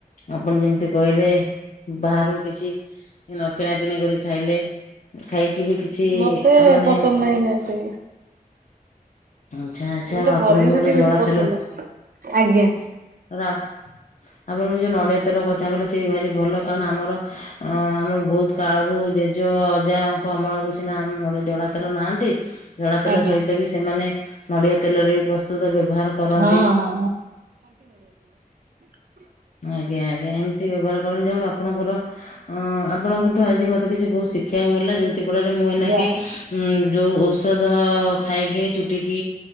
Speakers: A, on the left (about 60°); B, on the right (about 75°).
A: ଆପଣ ଯେମିତି କହିଲେ ବାହାରୁ କିଛି ନ କିଣା କିିଣି କରି ଖାଇଲେ ଖାଇକି ବି କିଛି
B: ମତେ
A: ଆ ମାନେ
B: ପସନ୍ଦ ନାହିଁ ନା ଏତେ
A: ଆଛା ଆଚ୍ଛା
B: ମତେ
A: ଆଉ ଆପଣ
B: ଘର ଜିନିଷ
A: ବି ଗୋଟେ
B: ଟିକେ
A: ଜଡାତେଲ
B: ବେଶୀ ପସନ୍ଦ। ଆଜ୍ଞା
A: ରାପ ସ ଆପଣ ବି ଯ ନଡ଼ିଆ ତେଲ କ ଥା କହିଲେ ସେ ଭାରି ଭଲ କାରଣ ଆମର ଆମ ବହୁତ କାଳରୁ ଜେଜ ଅଜା ଙ୍କ ଅମଳ ଆଗରୁ ସିନା ଆମ ଜଡା ତେଲ ନାହାନ୍ତି ଜଡା ତେଲ
B: ଆଜ୍ଞା
A: ସହିତ ବି ସେମାନେ ନଡିଆ ତେଲରେ ବି ପ୍ରସ୍ଥ ପ୍ରସ୍ତୁତ ବ୍ୟବହାର କରନ୍ତି।
B: ହଁ ହଁ ହ <unintelligible>
A: ଆଜ୍ଞା ଆଜ୍ଞା ଏମିତି ବ୍ୟବହାର କରା ଯାଉ ଆପଣଙ୍କର ଅ ଆପଣଙ୍କଠୁ ଆଜି ମତେ କିଛି ବହୁତ ଶିକ୍ଷା ମିଳିଲା ଯୋଉଥି ଫଳରେ ମୁଁ ଏଇନାକେ
B: ଯାହା ହଉ।
A: ଉ ଯଉ ଔଷଧ ଖାଇକିଣୀ ଚୁଟିକି